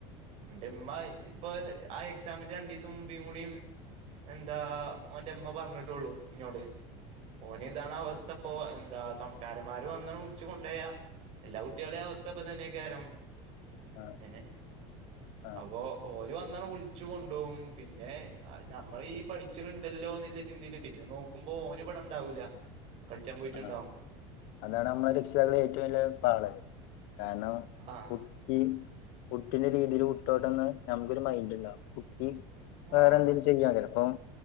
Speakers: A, on the right; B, on the left.
A: ഉമ്മ ഇപ്പൊ ആ എക്സാമിന്റെ രണ്ട ുമ്പിയ കൂടിയും എന്താ അവന്റെ അമ്മ പറഞ്ഞിട്ടുള്ളു ഇനോട് ഓന ഇതാണ് അവസ്ഥ ഇപ്പൊ എന്താ തൊണക്കാരന്മാര്ും വന്ന വിളിച്ചു കൊണ്ട പോോയാ എല്ലാ കുട്ടികളെ അവസ്ഥ ഇപ്പൊ തന്നെയൊക്കാരം
B: ആഹ്
A: ഏ
B: ആഹ്
A: അപ്പ ഓല് വന്ന വിളിച്ചു കൊണ്ട പോും പിന്നെ നഞമ്മൾ ഈ പഠിച്ചിട്ടുണ്ടല്ലോന്നില്ല ചിന്തിയില് പിന്നെ നോക്കുമ്പോ ഓന് ഇടം ഇണ്ടാാവൂല ൻ പോയിട്ടുണ്ടാവും
B: ആഹ് അതാണ് നമ്മള രക്ഷിതാക്കളെ ഏറ്റവും വലിയ പാതക കാരണം
A: ആഹ്
B: കുട്ടി കുട്ടിന്റെ രീതീല് വിട്ടോട്ടെന്ന് ഞംക്കൊര് മൈൻഡ്ണ്ടാവും കുട്ടി വേറെന്തേലും
A: ആഹ്
B: ചെയ്യാക്കരം അപ്പം